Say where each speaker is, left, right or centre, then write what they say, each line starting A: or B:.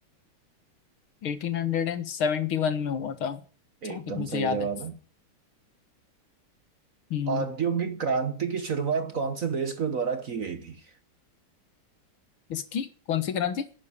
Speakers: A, on the left (about 70°); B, on the right (about 45°).
A: Eighteen hundred and सेवेंटी वन में हुआ था जहाँ
B: एकदम
A: तक मुझे
B: सही
A: याद
B: जवाब
A: है
B: है
A: हम्म
B: औद्योगिक क्रांति की शुरुआत कौन से देश के द्वारा की गई थी
A: इसकी कौन सी क्रांति